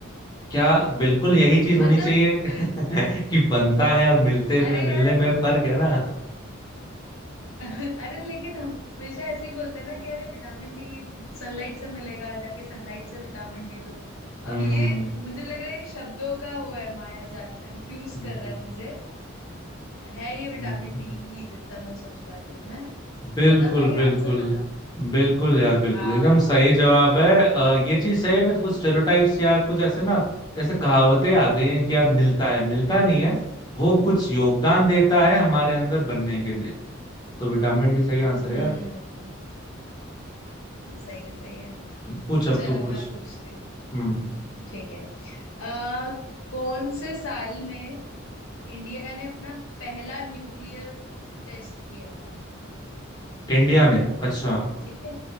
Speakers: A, on the left (about 20°); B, on the left (about 85°).
A: क्या बिल्कुल यही चीज
B: मतलब
A: होनी चाहिए <laughs>
B: <laughs>
A: कि बनता है और मिलते
B: अरे
A: में मिलने
B: यार
A: में फर्क है ना
B: <laughs> अरे लेकिन हमेशा ऐसे ही बोलते हैं ना कि अरे विटामिन डी सनलाइट से मिलेगा जाके सनलाइट से विटामिन डी लो
A: हम्म
B: अब ये मुझे लग रहा है ये शब्दों का वो है माया जाल कंफ्यूज
A: हम्म,
B: कर रहा है मुझे है ये
A: हम्म,
B: विटामिन डी ही जितना मैं सोच पा रही हूँ है
A: बिल्कुल
B: बता भाई
A: बिल्कुल
B: आंसर बता
A: बिल्कुल यार बिल्कुल
B: हाँ
A: एकदम सही जवाब है अ, ये चीज सही में कुछ स्टेरियोटाइप्स या कुछ ऐसे ना जैसे कहावतें आ गई हैं कि यार मिलता है मिलता नहीं है वो कुछ योगदान देता है हमारे अंदर बनने के लिए तो विटामिन डी सही आंसर
B: हम्म
A: है यार
B: सही है सही है
A: पूछ अब
B: चलो
A: तू पूछ
B: मैं पूछती हूँ
A: हम्म
B: ठीक है आ, कौन से साल में इंडिया ने अपना पहला न्यूक्लियर टेस्ट किया था
A: इंडिया ने अच्छा
B: ठीक है